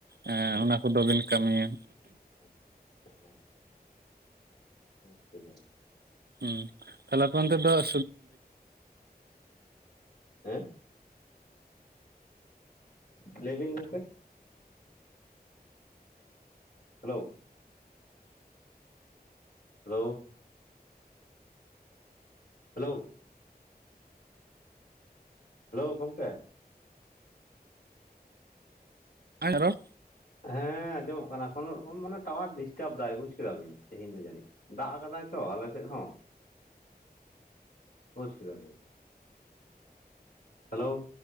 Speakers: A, on the right (about 75°); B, on the left (about 70°).
A: ᱮᱸ
B: ᱦᱮᱸ
A: ᱚᱱᱟ ᱠᱚᱫᱚ ᱵᱤᱱ ᱠᱟᱹᱢᱤᱭᱟ
B: <unintelligible> ᱵᱩᱡᱽ ᱠᱮᱫᱟᱢ
A: ᱦᱩᱸ ᱛᱟᱞᱦᱮ ᱟᱯᱮ ᱚᱱᱛᱮ ᱫᱚ <unintelligible>
B: ᱦᱮᱸ? ᱞᱟᱹᱭ ᱵᱤᱱ ᱜᱚᱝᱠᱮ ᱦᱮᱞᱳ ᱦᱮᱞᱳ ᱦᱮᱞᱳ ᱦᱮᱞᱳ ᱜᱚᱝᱠᱮ
A: <unintelligible> ᱨᱚᱲ
B: ᱦᱮᱸ ᱟᱸᱡᱚᱢᱚᱜ ᱠᱟᱱᱟ ᱠᱚᱱᱳ ᱨᱚᱠᱚᱢ ᱢᱟᱱᱮ ᱴᱟᱣᱟᱨ ᱵᱤᱥ ᱴᱟᱵ ᱫᱟᱭ ᱵᱩᱡ ᱠᱮᱫᱟ ᱵᱤᱱ ᱛᱮᱦᱮᱧ ᱫᱚ ᱡᱟᱹᱱᱤᱡ ᱫᱟᱜ ᱠᱟᱫᱟᱭ ᱛᱚ ᱟᱞᱮ ᱥᱮᱫ ᱦᱚᱸ ᱵᱩᱡᱽ ᱠᱮᱫᱟ ᱵᱤᱱ ᱦᱮᱞᱳ